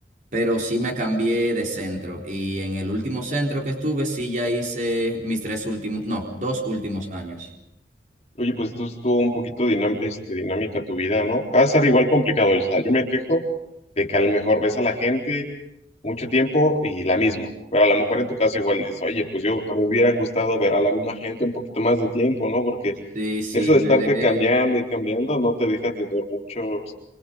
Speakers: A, on the right; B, on the left.
A: pero sí me cambié de centro. Y en el último centro que estuve, sí ya hice mis tres últimos, no, dos últimos años.
B: Oye, pues tú estuvo un poquito dinam- este, dinámica tu vida, ¿no? Va a ser igual complicado. O sea, yo me quejo de que a lo mejor ves a la gente mucho tiempo y la misma. Pero a lo mejor en tu caso igual dices, oye, pues yo a mí me hubiera gustado ver a la misma gente un poquito más de tiempo, ¿no? Porque
A: Sí, sí,
B: eso de
A: me
B: estarte
A: alejé.
B: cambiando y cambiando no te deja tener muchos,